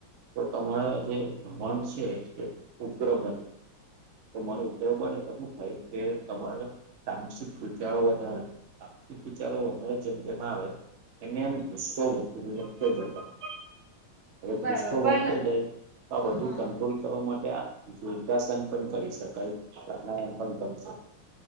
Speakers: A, on the right; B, on the right.
A: તો તમારા જે મન છે એ ઉગ્ર બને તો મને ઉગ્રહ બને તો શું થાય કે તમારે તામસિક વિચારો વધારે, આર્થિક વિચારો વધારે જેમજેમ આવે એને એમ ગુસ્સો <unintelligible> -- હવે
B: બરાબર
A: ગુસ્સો
B: પણ
A: વધતો જાય તો આ બધું
B: હા
A: કંટ્રોલ કરવા માટે આ યોગાસન પણ કરી શકાય પ્રાણાયામ પણ કરી શકાય